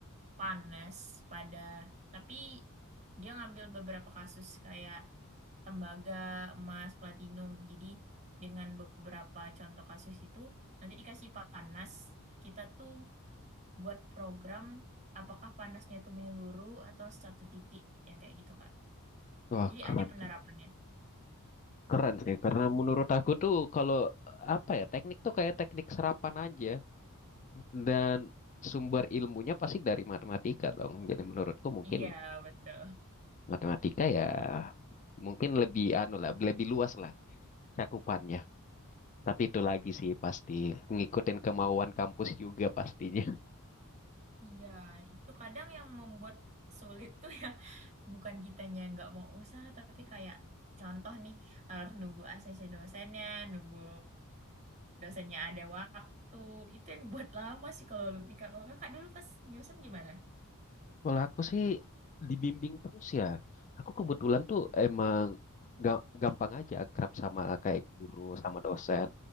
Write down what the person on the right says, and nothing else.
panas pada, tapi dia ngambil beberapa kasus kayak tembaga, emas, platinum. Jadi dengan beberapa contoh kasus itu, nanti dikasih panas, kita tuh buat program apakah panasnya tuh menyeluruh atau satu titik, yang kayak gitu Kak.
Jadi
ada penerapannya.
Iya, betul.
Iya, itu kadang yang membuat sulit tuh ya, bukan kitanya yang nggak mau usaha, tapi kayak contoh nih, harus nunggu ACC dosennya, nunggu dosennya ada waktu, itu yang buat lama sih kalau lu nikah. Kalau kakak dulu pas nyusun gimana?